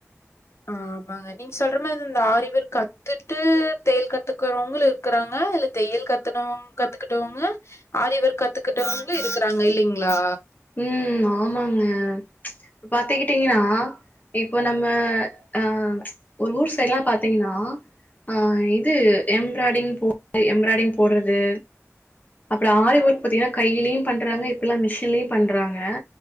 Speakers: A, on the left; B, on the left.
A: ஆ ஆமாங்க நீங் சொல்ற மாரி இந்த ஆரி வொர்க் கத்துட்டு தெய்யல் கத்துக்கறவங்களு இருக்கறாங்க இல்ல தெய்யல் கத்துனவங் கத்துக்கிட்டவங்க ஆரி வொர்க் கத்துக்கிட்டவங்களு இருக்கறாங்க இல்லிங்ளா
B: ம் ஆமாங்க இப்ப பாத்துக்கிட்டீங்னா இப்போ நம்ம அ ஒரு ஊர் சைட்லா பாத்தீங்ன்னா ஆ இது எம்ப்ராடிங் போ <inaudible> எம்ப்ராடிங் போட்றது அப்றோ ஆரி ஒர்க் பாத்தீங்கனா கையிலியு பண்றாங்க இப்பல்லா மிஷின்லயு பண்றாங்க